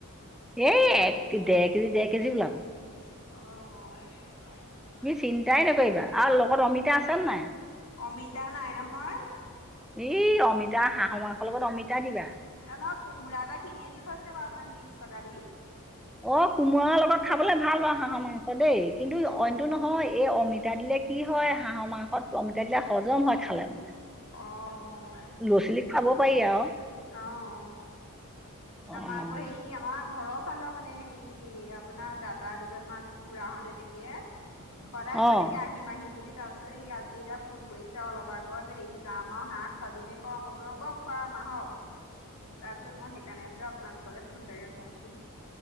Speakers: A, in the centre; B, on the left.
A: এই এক দেৰ কেজি দেৰ কেজি ওলাব।
B: অঁহ।
A: মি চিন্তাই নকৰিবা আৰু লগত অমিতা আছে নে নাই?
B: অমিতা নাই নহয়
A: এই অমিতা হাঁহ মাংস লগত অমিতা দিবা।
B: এ নহয় কোমোৰা এটা কিনি আনি থৈছে বাৰু আপোনাৰ ত্ৰিশ টকা দি।
A: অ কোমোৰাৰ লগত খাবলে ভাল বাও হাঁহৰ মাংস দেই কিন্তু
B: অ'
A: অইনটো নহয়, এই অমি তা দিলে কি হয় হাঁহ মাংস অমিতা দিলে, হজম হয় খালে মানে,
B: অ'
A: ল'ৰা ছোৱালীক খোৱাব পাৰি আও।
B: অঁ অঁ।
A: অঁ
B: আমাৰ আকৌ হেই আমাৰ ঘৰৰ ফালৰ মানে হেৰি আপোনাৰ দাদা দুজন মান আকৌ খুৰাহঁত এনেকে সদায় কৈ
A: অঁ
B: থাকে আহিম আহিম বুলি তাৰ পি তাৰপিছত সেই আজি এতিয়া ফোন কৰিছে অলপ আগত হেৰি যাম আও হাঁহ খোৱাবিনে ক, ম‌ই বোলো হ'ব খোৱাম আহক, তাৰপিছত মই সেইকাৰণে বোলে আপোনালোকলৈ ফোন এতাকে কৰোচোন।